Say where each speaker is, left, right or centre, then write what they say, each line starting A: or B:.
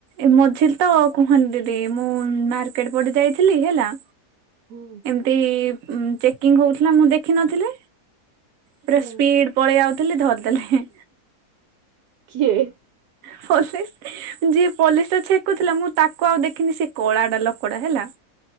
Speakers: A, on the right; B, on the right.
A: ଏ ମଝିରେ ତ କୁହନ୍ତି ଦିଦି ମୁଁ ମାର୍କେଟ ପଡି ଯାଇଥିଲି ହେଲା।
B: ହୁଁ।
A: ତି ଉଁ ଚେକିଂ ହୋଉଥିଲା ମୁଁ ଦେଖିନଥିଲି ପୁରା
B: ହୁଁ
A: ସ୍ପିଡ ପଳେଇ ଆଉଥିଲି ଧରିଦେଲେ ହେଁ।
B: କିଏ?
A: ହୋ ସେ ଯିଏ ପଲିସ୍ ରେ ଛେକୁଥିଲା ମୁଁ ତାକୁ ଆଉ ଦେଖିନି ସେ କଳାଟା ଲୋକଟା ହେଲା।